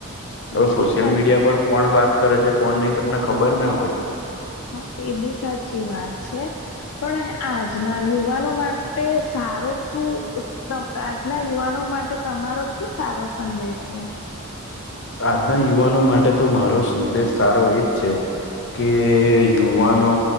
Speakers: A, on the left; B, on the left.
A: હવે
B: એ
A: સોશિયલ
B: બી સાચી
A: મીડિયા પર કોણ વાત કરે છે કોણ નહી તમને ખબર ના હોય.
B: હ એ બી સાચી વાત છે. પણ આજના યુવાનો માટે સારો શું તો આજના યુવાનો માટે તમારો શું સારો સંદેશ છે?
A: આજના યુવાનો માટે તો મારો સંદેશ સારો એજ છે કે યુવાનો